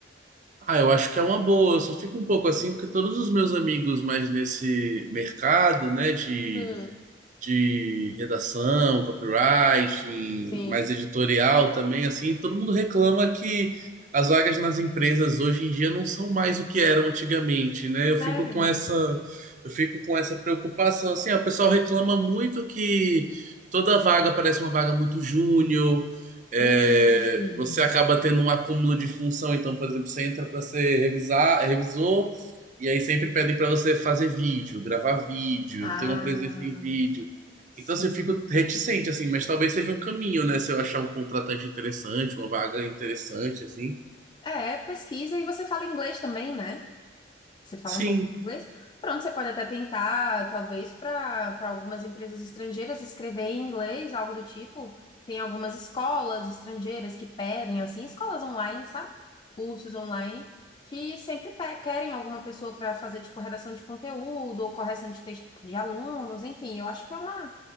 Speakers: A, on the right (about 40°); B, on the left (about 25°).
A: Ah, eu acho que é uma boa. Eu só fico um pouco assim porque todos os meus amigos mais nesse mercado, né, de
B: Hum,
A: de redação, copywriting,
B: sim.
A: mais editorial também, assim, todo mundo reclama que as vagas nas empresas hoje em dia não são mais o que eram antigamente, né? Eu fico
B: Sério?
A: com essa, eu fico com essa preocupação, assim, ó, o pessoal reclama muito que toda vaga parece uma vaga muito júnior, é,
B: Hum.
A: você acaba tendo um acúmulo de função, então, por exemplo, você entra para ser revisar, revisor, e aí sempre pedem para você fazer vídeo, gravar vídeo,
B: Ah,
A: ter uma presença em vídeo.
B: sim.
A: Então, assim, eu fico reticente, assim, mas talvez seja um caminho, né? Se eu achar um contratante interessante, uma vaga interessante, assim.
B: É, pesquisa e você fala inglês também, né? Você fala
A: Sim.
B: um pouco de inglês. Pronto, você pode até tentar, talvez, para para algumas empresas estrangeiras escrever em inglês, algo do tipo. Tem algumas escolas estrangeiras que pedem, assim, escolas online, sabe? Cursos online, que sempre pe- querem alguma pessoa para fazer, tipo, redação de conteúdo ou correção de texto de alunos, enfim, eu acho que é uma,